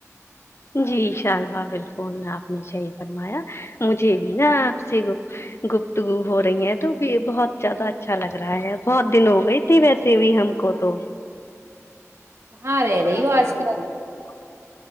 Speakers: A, on the left; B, on the right.
A: جی انشا اللہ بالکل آپ نے صحیح فرمایا مجھے بھی نا آپ سے گفتگو ہو رہی ہیں تو بھی بہت زیادہ اچھا لگ رہا ہے بہت دن ہو گئی ویسے بھی ہم کو تو
B: کہاں رہ
A: <unintelligible>
B: رہی ہو آج کل